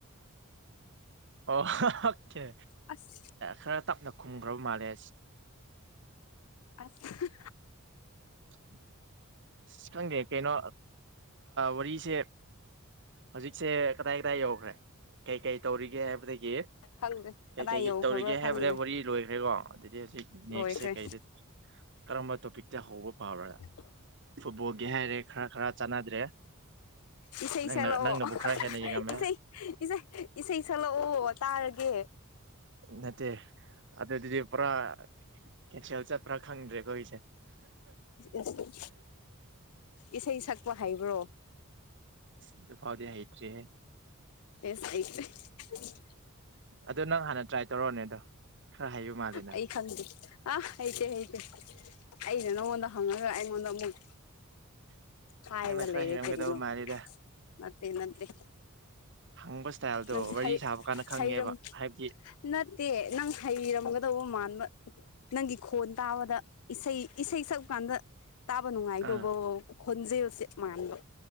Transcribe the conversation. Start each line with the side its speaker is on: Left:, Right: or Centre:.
Right: ꯑꯣ ꯑꯣꯀꯦ
Left: ꯑꯁ
Right: ꯈꯔ ꯇꯞꯅ ꯈꯨꯝꯈ꯭ꯔꯕ ꯃꯥꯂꯦ
Left: ꯑ <unintelligible>
Right: <inaudible> ꯈꯪꯗꯦ ꯀꯩꯅꯣ ꯋꯥꯔꯤꯁꯦ ꯍꯧꯖꯤꯛꯁꯦ ꯀꯗꯥꯏ ꯀꯗꯥꯏ ꯌꯧꯈ꯭ꯔꯦ ꯀꯩ ꯀꯩ ꯇꯧꯔꯤꯒꯦ ꯍꯥꯏꯕꯗꯒꯤ
Left: ꯈꯪꯗ꯭ꯔꯦ
Right: ꯀꯩ
Left: ꯀꯗꯥꯏ
Right: ꯀꯩꯩ
Left: ꯌꯧꯈ꯭ꯔꯕ꯭ꯔꯥ
Right: ꯇꯧꯔꯤꯒꯦ
Left: ꯈꯪꯗ꯭ꯔꯦ
Right: ꯍꯥꯏꯕꯗ ꯋꯥꯔꯤ ꯂꯣꯏꯈ꯭ꯔꯦꯀꯣ ꯑꯗꯨꯗꯤ ꯍꯧꯖꯤꯛ ꯅꯦꯛꯁꯁꯦ
Left: ꯂꯣꯏꯈ꯭ꯔꯦ
Right: ꯀꯩꯗ ꯀꯔꯝꯕ ꯇꯣꯄꯤꯛꯇ ꯍꯧꯕ ꯐꯥꯕ꯭ꯔꯥ
Left: ꯎ <unintelligible>
Right: ꯐꯨꯠꯕꯣꯜꯒꯤ ꯍꯥꯏꯔꯦ ꯈꯔ ꯈꯔ ꯆꯥꯟꯅꯗ꯭ꯔꯦ
Left: ꯏꯁꯩ
Right: ꯅꯪꯅ
Left: ꯆꯛꯂꯛꯑꯣ
Right: ꯅꯪꯅꯕꯨ ꯈꯔ ꯍꯦꯟꯅ ꯌꯦꯡꯉꯝꯃꯦ
Left: ꯏꯁꯩ ꯏꯁꯩ ꯏꯁꯩ ꯁꯛꯂꯛꯑꯣ ꯇꯥꯔꯒꯦ
Right: ꯅꯠꯇꯦ ꯑꯗꯨꯗꯨꯗꯤ ꯄꯨꯔꯥ ꯀꯦꯟꯁꯦꯜ ꯆꯠꯄ꯭ꯔꯥ ꯈꯪꯗ꯭ꯔꯦꯀꫭ ꯑꯩꯁꯦ
Left: ꯑꯁ ꯏꯁꯩ ꯁꯛꯄ ꯍꯩꯕ꯭ꯔꯣ
Right: ꯑꯗꯨ ꯐꯥꯎꯗꯤ ꯍꯩꯇꯔꯤꯍꯦ
Left: ꯑꯦ ꯁꯥꯏꯠꯇ <unintelligible>
Right: ꯑꯗꫭ ꯅꯪ ꯍꯥꯟꯅ ꯇ꯭ꯔꯥꯏ ꯇꯧꯔꯛꯑꯣꯅꯦ ꯑꯗꯣ ꯈꯔ ꯍꯩꯕ ꯃꯥꯜꯂꯦ
Left: ꯑꯩ ꯈ ꯈꯪꯗꯦ ꯑ ꯍꯩꯇꯦ ꯍꯩꯇꯦ ꯑꯩꯅ ꯅꯪꯉꯣꯟꯗ ꯍꯪꯉꯒ ꯑꯩꯉꯣꯟꯗ ꯑꯃꯨꯛ <unintelligible>
Right: ꯅꯪꯅ ꯈꯔ ꯍꯩꯔꯝꯒꯗꯕ
Left: ꯀꯔꯤꯅꯣ
Right: ꯃꯥꯜꯂꯤꯗ
Left: ꯅꯠꯇꯦ ꯅꯠꯇꯦ
Right: ꯍꯪꯕ ꯏꯁꯇꯥꯏꯜꯗꯣ
Left: ꯅꯪꯁꯦ
Right: ꯋꯥꯔꯤ
Left: ꯍꯩ
Right: ꯁꯥꯕ ꯀꯥꯟꯗ ꯈꯪꯉꯦꯕ
Left: ꯍꯩꯔꯝ
Right: ꯍꯥꯏꯕꯗꯤ
Left: ꯅꯠꯇꯦ ꯅꯪ ꯍꯩꯔꯝꯒꯗꯧꯕ ꯃꯥꯟꯕ ꯅꯪꯒꯤ ꯈꯣꯟ ꯇꯥꯕꯗ ꯏꯁꯩ ꯏꯁꯩꯩ ꯁꯛꯄ ꯀꯥꯟꯗ ꯇꯥꯕ ꯅꯨꯡꯉꯥꯏꯗꯧꯕ
Right: ꯑꯥ
Left: ꯈꯣꯟꯖꯦꯜꯁꯦ ꯃꯥꯟꯕ